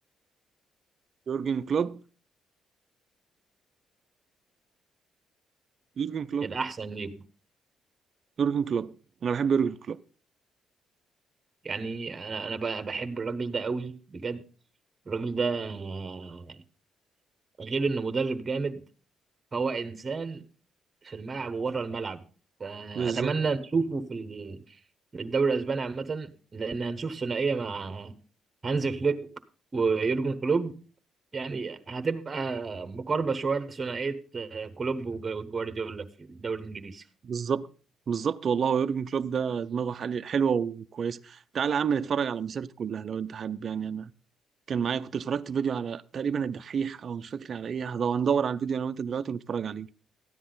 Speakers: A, on the right; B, on the right.
A: يورجن كلوب يورجن كلوب
B: الاحسن ليكم
A: يورجن كلوب انا بحب يورجن كلوب
B: يعني انا انا ب- بحب الراجل ده قوي بجد الراجل ده آه، غير انه مدرب جامد فهو انسان في الملعب وبره الملعب فأتمنى
A: بالظبط
B: نشوفه في ال- في الدوري الأسباني عامة لأن هنشوف ثنائية مع هانز فليك ويورجن كلوب يعني هتبقى مقاربة شوية لثنائية آه، كلوب وجوارديولا في الدوري الإنجليزي
A: بالظبط بالظبط والله هو يورجن كلوب ده دماغه حل- حلوه وكويسه تعالى يا عم نتفرج على مسيرته كلها لو انت حابب يعني انا كان معايا كنت اتفرجت فيديو على تقريبا الدحيح او مش فاكر على ايه هدور ندور على الفيديو انا وانت دلوقتي ونتفرج عليه